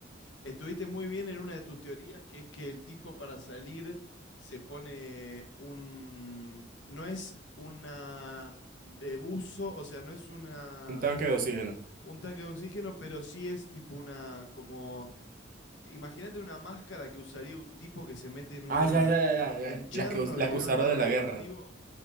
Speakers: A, on the left (about 80°); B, on the right (about 50°).
A: Estuviste muy bien en una de tus teorías, que es que el tipo para salir se pone un... No es una de buzo, o sea, no es una
B: un tanque de oxígeno.
A: un tanque de oxígeno, pero sí es tipo una como imagínate una máscara que usaría un tipo que se mete en una
B: Ah, ya, ya, ya, ya, ya.
A: en Chernobyl,
B: Las que, us- las que
A: en
B: usaron
A: un lugar
B: en
A: radioactivo,
B: la guerra.